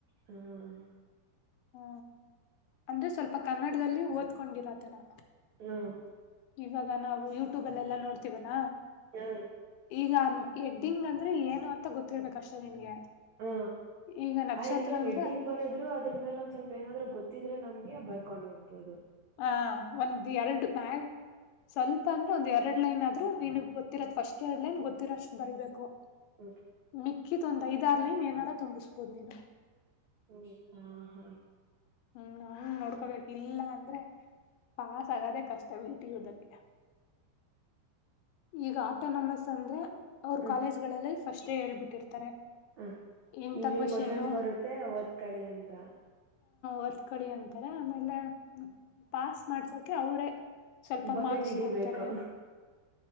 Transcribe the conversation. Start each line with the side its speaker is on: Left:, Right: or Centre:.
Right: ಹ್ಮ್ಮ್.
Left: ಹ್ಮ ಅಂದ್ರೆ ಸ್ವಲ್ಪ ಕನ್ನಡದಲ್ಲಿ ಓದ್ಕೊಂಡಿರೋದ ನಾ.
Right: ಹ್ಮ್.
Left: ಇವಾಗ ನಾವು ಯೂಟ್ಯೂಬಲ್ಲೆಲ್ಲಾ ನೋಡ್ತಿವಲ್ಲಾ.
Right: ಹ್ಮ.
Left: ಈಗ ಹೆಡ್ಡಿಂಗ್ ಅಂದ್ರೆ ಏನು ಅಂತ ಗೊತ್ತಿರ್ಬೇಕ ಅಷ್ಟೇ ನಿನ್ಗೆ.
Right: ಹಾ
Left: ಈಗ ನಕ್ಷತ್ರ
Right: ಆಯ್ ಇವಾಗ
Left: ಅಂದ್ರೆ
Right: ಹೆಡ್ಡಿಂಗ್ ಬರದ್ರು ಅದರ್ ಮೇಲೊಂದ್ ಸ್ವಲ್ಪ ಏನಾದ್ರೂ ಗೊತ್ತ. ತ್ತಿದ್ರೆ ನಮ್ಗೆ ಬರ್ಕೊಂಡ್ ಹೋಗ್ಬೊದು.
Left: ಹ ಒಂದ ಎರಡ್ ನಾ ಸ್ವಲ್ಪ. ಪ್ಪ ಅಂದ್ರೆ ಒಂದ ಎರಡ್ ಲೈನ್ ಆದ್ರೂ ನಿನಗ್ ಗೊತ್ತಿರದ ಫಸ್ಟ್ ಎರಡ್ ಲೈನ್ ಗೊತ್ತಿರೋಸ್ಟ ಬರೀಬೇಕು.
Right: ಹ್ಮ್
Left: ಮಿಕ್ಕಿದ ಒಂದ ಐದಾರಲೈನ್ ಏನಾರ ತುಂಬಿಸ್ಬೋದ ನೀನು.
Right: ಹ್ಮ ಹಾ ಹ.
Left: ಹ್ಮ್ ನಾ ನೋಡ್ಕೋಬೇಕ್ ಇಲ್ಲ ಅಂದ್ರೆ ಪಾಸ್ ಆಗಾದೇ ಕಷ್ಟಬಿಡಿ. <unintelligible> ಈಗಾ. ಆಟೋನಮಸ್ ಅಂದ್ರೆ ಅವರು
Right: ಹ
Left: ಕಾಲೇಜ್ಗಳಲ್ಲಿ ಫಷ್ಟೇ ಹೇಳ್ಬಿಟ್ಟಿರ್ತಾರೆ.
Right: ಹ
Left: ಇಂಥ
Right: ಇವ ಇವ
Left: ಕ್ವಶನ್ನು
Right: ಕ್ವಶನ್ಸ್ ಬರುತ್ತೆ ಓದ್ಕಳಿ ಅಂತ.
Left: ಓದ್ಕೊಳಿ ಅಂತಾರೆ ಆಮೇಲೆ ಪಾಸ್ ಮಾಡ್ಸೋಕೆ ಅವರೇ. ಸ್ವಲ್ಪ
Right: ಬಕೆಟ್
Left: ಮಾರ್ಕ್ಸ್
Right: ಹಿಡಿಬೇಕು
Left: ಕೊಡ್ತಾರೆ.